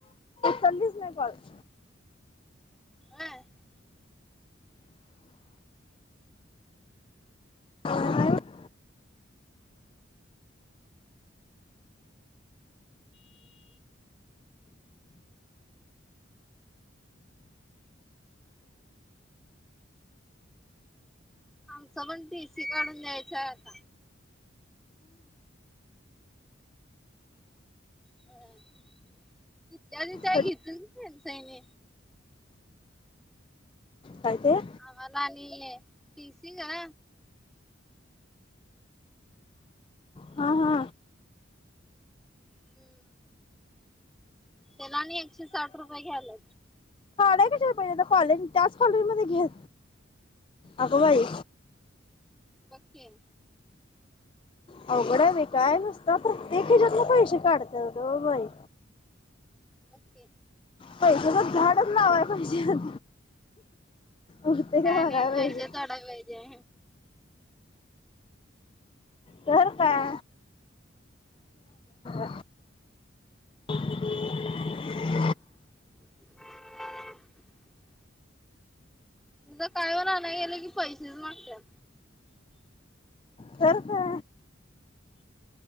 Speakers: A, on the left; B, in the centre.
A: ललीच नाही प <inaudible>
B: व्हय.
A: ह <inaudible>
B: आमचं पण, पसी काढून द्यायचंय आता. ह तथल्या तिथे काय
A: कधी
B: घेतील फेसैने.
A: काय ते.
B: आम्हाला आणि पीसी ग.
A: हा हा.
B: हम्म त्याला आणि एकशे साठ रुपये घ्याला.
A: कशा पाहिजे कॉलेज त्याच कॉलेज मध्ये घे अगो बाई.
B: बग की
A: अवघड आहे काय नसत प्रत्येक हच्यात पैसे काढत बाई.
B: बकी
A: पैशाच झाडच लावायला पाहिजे आता उरते का
B: ह
A: बघाय
B: नाही
A: पाहिजे
B: पैसे थोडाच पाहिजे.
A: तर काय <unintelligible> <unintelligible>
B: हो <unintelligible> तिथं काय पण आणायला गेलं की पैसेच मागतात.
A: करर का.